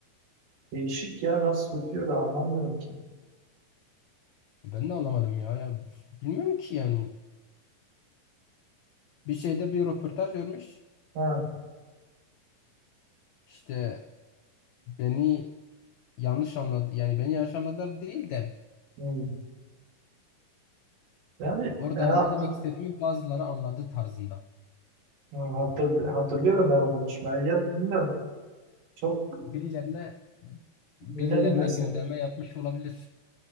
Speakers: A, on the right; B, on the left.
A: Değişik ya nasıl tutuyor da anlamıyorum ki.
B: Ben de anlamadım ya ya bilmiyorum ki yani bir şeyde bir röportaj vermiş
A: Ha.
B: işte beni yanlış anladı yani beni yanlış anladılar değil de
A: hmm. Yani
B: orada
A: ha,
B: ne demek istediğimi bazıları anladı tarzında
A: ha- hatır- hatırlıyorum ben o konuşmayı. Ya bilmiyorum Çok
B: birilerine birilerine
A: ne bilmesin.
B: gönderme yapmış olabilir.